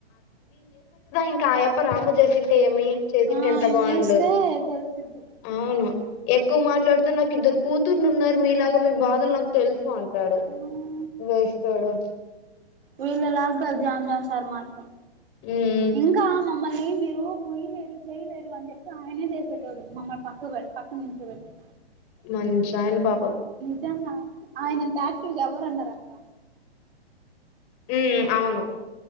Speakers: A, on the left; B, on the right.
A: ఇంకా ఆయప్ప రాము చేసింటే ఏమి చేసింటే
B: ఆ
A: ఎంత
B: ఆయన
A: బాగుండు
B: చేస్తే రేప్ అయిపొద్ది
A: అవును ఎక్కువ మాట్లాడితే నాకు ఇద్దరు కూతుర్లు ఉన్నారు మీలాగా మీ బాధలు నాకు తెలుసు అంటాడు
B: హ్మ్మ్
A: వేస్ట్ వోడు
B: వీళ్ళలాగా కాదు జాం జాన్ సార్ మాత్రం
A: ఉమ్
B: ఇంకా మమ్మల్ని ఏ మీరు మొయ్యలేరు చేయలేరు అని చెప్పి ఆయనే చేసేటోడు మమ్మల్ని పక్క పక్కన నుంచోబెట్టి
A: మంచి ఆయన పా
B: నిజంగా ఆయనంత యాక్టివ్‌గా ఎవరూ ఉండరు అక్క
A: ఉమ్ అవును